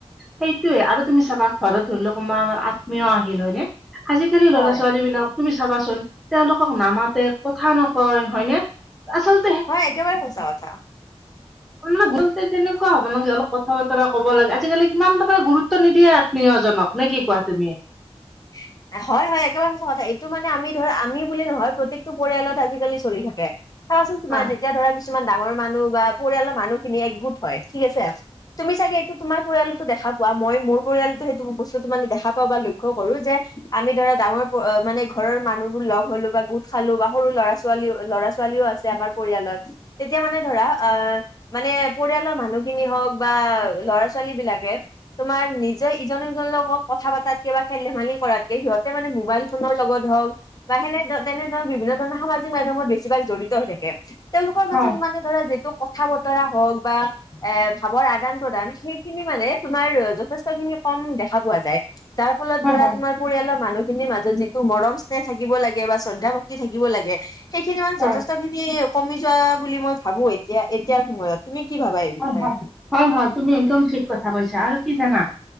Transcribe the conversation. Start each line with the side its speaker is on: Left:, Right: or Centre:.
Centre: সেইটোয়ে আৰু তুমি চাবা ঘৰত ধৰি লও কোনোবা আমাৰ আত্মীয় আহিল হয়নে আজিকালি
Left: হয়
Centre: ল'ৰা ছোৱালী বিলাও তুমি চাবাচোন তেওঁলোকক নামাতে কথা নকয় হয়নে আচল
Left: হয় একেবাৰে সঁচা কথা
Centre: মানে গলতেজ <unintelligible> তেনেকোৱা হ'ব লাগে অলপ কথা বতৰা কব লাগে আজিকালি ইমান তাৰমানে গুৰুত্ব নিদিয়ে আত্মীয়জনক নে কি কোৱা তুমি?
Left: <unintelligible> হয় হয় একেবাৰে সঁচা কথা এইটো মানে আমি ধৰা আমি বুলি নহয় প্ৰত্যেকটো পৰিয়ালত আজিকালি চলি থাকে। চাওচোন তোমাৰ
Centre: হয়।
Left: যেতিয়া ধৰা কিছুমান ডাঙৰ মানুহ বা পৰিয়ালৰ মানুহখিনি একগোট হয় ঠিক আছে? তুমি চাগে এইটো তোমাৰ পৰিয়ালতো দেখা পোৱা, মই মোৰ পৰিয়ালটো সেইটো বস্তুতো‌ মানে দেখা পাওঁ বা লক্ষ্য কৰো যে আমি ধৰা ডাঙৰ মানে ঘৰৰ মানুহ বোৰ লগ হ'লো বা গোট খালো বা সৰু ল'ৰা -ছোৱালীও ল'ৰা ছোৱালীও আ ছে আমাৰ পৰিয়ালত, তেতিয়া মানে ধৰা আহ মানে পৰিয়ালৰ মানুহ খিনি হওক বা ল'ৰা -ছোৱালী বিলাকে তোমাৰ নিজৰ ইজনৰ সিজনৰ লগত কথা পাতাতকে বা খেল- ধেমালি কৰাতকে সিহঁতে মানে মোবাইল ফোনৰ লগত হওক, বা সেনে তেনেধৰণৰ বিভিন্ন ধৰণৰ সামাজিক মাধ্যমত বেছিভাগ জড়িত হৈ থাকে, তেওঁলোকৰ
Centre: হয়,
Left: মাজত মানে ধৰা যিটো কথা বতৰা হওক বা এ ভাৱৰ আদান -প্ৰদান সেইখিনি মানে তোমাৰ যথেষ্ট খিনি কম দেখা পোৱা যায়। যাৰ ফলত
Centre: হয়
Left: ধৰা
Centre: হয়,
Left: তোমাৰ পৰিয়ালৰ মানুহখিনিৰ মাজত যিটো মৰম স্নেহ থাকিব লাগে বা শ্ৰদ্ধা ভক্তি থাকিব লাগে। সেইখিনি মান
Centre: হয়,
Left: যথেষ্টখিনি কমি যোৱা বুলি মই ভাবো এতিয়া এতিয়াৰ সময়ত। তুমি কি ভাবা এই বিষয়ে?
Centre: হয় হয়। হয়, হয় তুমি একদম ঠিক কথা কৈছা আৰু কি জানা?